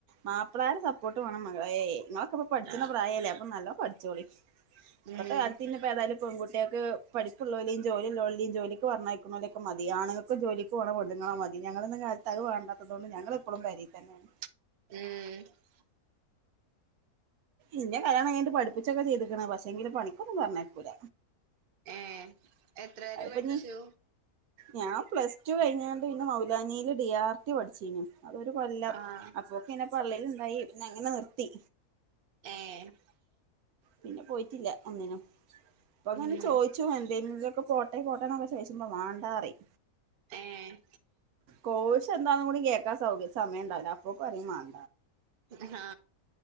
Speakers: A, on the right (about 80°); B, on the right (about 50°).
A: മാപ്പളാരെ സപ്പോർട്ട് വേണം മകളേ ഇങ്ങളൊക്കെ ഇപ്പ പഠിച്ച്ണ
B: ആഹ്
A: പ്രായല്ലേ അപ്പൊ നല്ലോം പഠിച്ചോളി
B: ഉം
A: ഇപ്പൊത്തെ
B: ഉം
A: കാലത്തിന്നും ഇപ്പൊ ഏതായാലും പെൺകുട്ട്യാക്ക് പഠപ്പുള്ളോലീം ജോലി ഉള്ളോലീം ജോലിക്ക് പറഞ്ഞയക്ക്ണോലൊക്കെ മതി ആണ് ഇപ്പൊ ജോലക്ക് പോണ പെണ്ണിങ്ങള മതി ഞങ്ങളൊന്നും കാലത്ത് അത് വേ ണ്ടാത്തതോണ്ട് ഞങ്ങള് ഇപ്പോഴും പെ രേ തന്നേണ്
B: ഉം
A: ഇന്നെ കല്യാണം കഴിഞ്ഞിട്ട് പഠിപ്പിച്ചൊക്കെ ചെയ്തുക്ക്ണ് പക്ഷെങ്കില് പണിക്കൊന്നും പറഞ്ഞയക്കുല
B: ഏ എത്ര വരെ
A: അതിപ്പോ
B: പഠിച്ചു?
A: ഇനി ഞാൻ പ്ലസ് ടു കഴിഞ്ഞാണ്ട് പിന്നെ മൗലാനില് ഡി ആർ ടി പഠിച്ചിനു ഒരു കൊല്ലം
B: ആഹ്
A: അപ്പൊക്കെന്നെ പള്ളെലിണ്ടായി പിന്നെ അങ്ങനെ നിർത്തി
B: ഏ
A: പിന്നെ പോയിട്ടില്ല ഒന്നിനും പ്പോങ്ങനെ
B: ഉം
A: ചോയി ച്ചു എന്തേലും ഇതിലൊക്കെ പോട്ടെ പോട്ടേന്നൊക്കെ ചോയ്ച്ചുമ്പോ മാണ്ടറീം
B: ഏഹ്
A: കോയ്ഷ് എന്താന്നും കൂടി കേക്കാൻ സൗക സമയംണ്ടാവില്ല അപ്പൊ പറിയും മാണ്ട
B: ഉം ഹാ